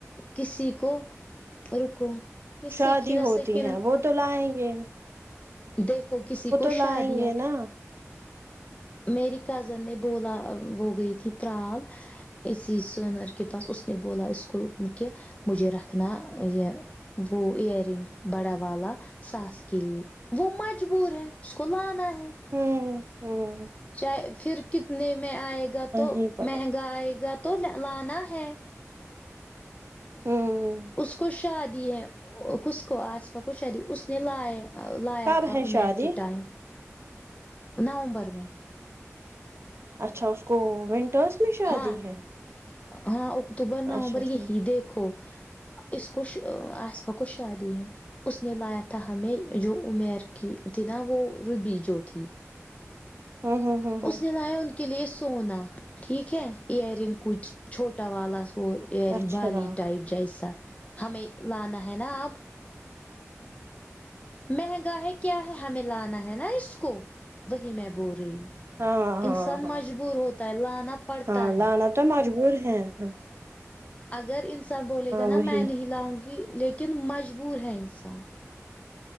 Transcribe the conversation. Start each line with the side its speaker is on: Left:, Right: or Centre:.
Left: کسی کو رکو یہ سکینہ
Right: شادی ہوتی
Left: سکینہ
Right: ہیں وہ تو لائیں گے انہیں
Left: دیکھو کسی کو
Right: لائیں
Left: شادی
Right: گے
Left: ہے
Right: نا
Left: میری کزن نے بولا وہ گئی تھی ترال اسی سونر کے پاس اس نے بولا اسکول کہ مجھے رکھنا یہ وہ ائیر رنگ بڑا والا ساس کے لیے وہ مجبور ہے اس کو لانا ہے
Right: ہمم ہمم
Left: چاہے پھر کتنے میں آئے گا تو
Right: ہی پڑے
Left: مہنگا آئے گا تو لانا ہے
Right: ہمم
Left: اس کو شادی ہے اوک کو آسما کو شادی اس نے لایا لایا
Right: کب
Left: تھا
Right: ہے
Left: عمیر
Right: شادی
Left: کے ٹائم نومبر میں
Right: اچھا اس کو ونٹرس میں شادی
Left: ہاں
Right: ہے
Left: ہاں اکتوبر نومبر
Right: اچھا ٹھیک
Left: یہی دیکھو اس کوش آسما کو شادی ہے اس نے لایا تھا ہمیں جو عمیر کی تھی نا وہ ربی جو تھی
Right: ہوں ہوں ہوں
Left: اس نے لایا ان کے لیے سونا ٹھیک ہے ایئر رنگ کچھ چھوٹا والا سو ایئرنگ
Right: اچھا
Left: بالی
Right: ہاں
Left: ٹائپ جیسا ہمیں لانا ہے نا اب مہنگا ہے کیا ہے ہمیں لانا ہے نا اس کو وہی میں بول رہی ہوں
Right: ہاں ہاں ہاں
Left: انسان مجبور ہوتا ہے لانا پڑتا
Right: ہاں
Left: ہے
Right: لانا تو مجبور ہیں ہاں
Left: اگر انسان بولے گا نا
Right: وہی
Left: میں نہیں لاؤں گی لیکن مجبور ہے انسان